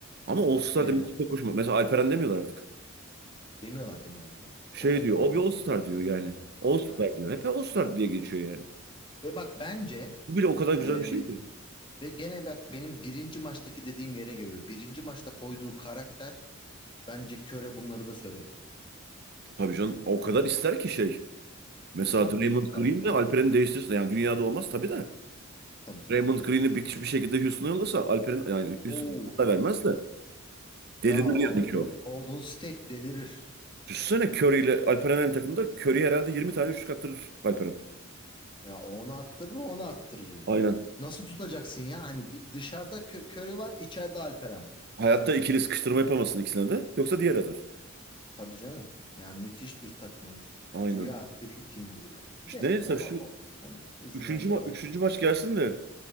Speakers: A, on the right; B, on the left.
A: Ama All-Star
B: e,
A: demesi çok hoşuma. Mesela Alperen demiyorlar artık.
B: demiyorlar demiyorlar diyor.
A: Şey
B: All-Star
A: diyor, o
B: diyorlar.
A: bir All-Star diyor yani. All-Star
B: A- aynen.
A: diyor. Hep All-Star diye geçiyor yani.
B: Ve bak bence
A: Bu bile o kadar güzel
B: e,
A: bir şey ki.
B: ve gene bak benim birinci maçtaki dediğim yere geliyor. Birinci maçta koyduğu karakter bence Köre bunları da söyletiyor.
A: Tabii canım o kadar ister ki şey. Mesela
B: Çok
A: Draymond
B: büyük bir karakter
A: Green'le
B: koydu.
A: Alperen'i değiştirse yani dünyada olmaz tabii de.
B: Tabii canım.
A: Draymond Green'i bir, bir şekilde Houston'a yollasa Alperen yani
B: Oo.
A: Houston'a hatta vermez de delirir
B: Ya o
A: yani
B: Go-
A: Curry.
B: Golden State delirir.
A: Düşünsene Curry ile Alperen aynı takımda Curry herhalde 20 tane üçlük attırır Alperen.
B: Ya onu attırır onu attırır yani.
A: Aynen.
B: Nasıl tutacaksın ya? Hani bir dışarıda Kö- Curry var, içeride Alperen var.
A: Hayatta ikili sıkıştırma yapamasın ikisine de yoksa diğer atar.
B: Tabii canım. Yani müthiş bir takım olur.
A: Aynen.
B: Rüya, dream team olur yani.
A: İşte
B: De
A: neyse
B: onu
A: şu
B: onu izin
A: üçüncü,
B: vermezler
A: ma üçüncü maç gelsin de